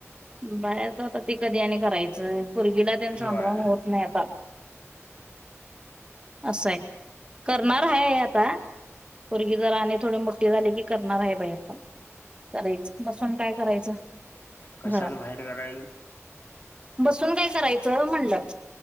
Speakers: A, on the right; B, on the left.
A: बाहेरचा आता ते कधी आणि करायचं पूरगीला आ तेन सांभाळून
B: होय
A: होत नाही आता असं आहे. करणार आहे आता पोरगी जरा आणि थोडे मोठ्ठी झाले की करणार आहे बाहेर पण. करायच बसून काय करायचं.
B: कशाला
A: घरात
B: बाहेर करायचं.
A: बसून काय करायचं म्हणलं.